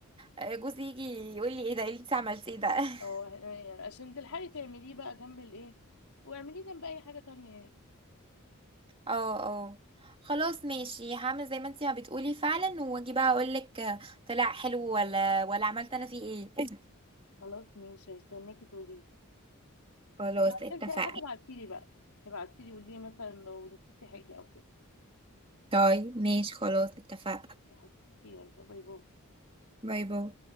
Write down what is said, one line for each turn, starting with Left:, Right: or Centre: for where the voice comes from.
Right: آه، جوزي يجي يقول لي ايه ده ايه اللي انت عملتيه ده <laughs>
Left: اه يعني عشان تلحقي تعمليه بقى جنب الايه واعمليه جنب اي حاجه تانية يعني
Right: اه اه خلاص ماشي هعمل زي ما انت ما بتقولي فعلا واجي بقى اقول لك طلع حلو ولا ولا عملت انا فيه ايه
Left: خلاص ماشي هستناكي تقولي لي
Right: <laughs> خلاص
Left: لو احتجتي
Right: اتفقنا
Left: اي حاجه ابعتيلي بقى ابعتيلي قولي لي مثلا لو نسيتي حاجه او كده
Right: طيب ماشي خلاص اتفقنا
Left: يا حبيبتي يلا باي باي
Right: باي باي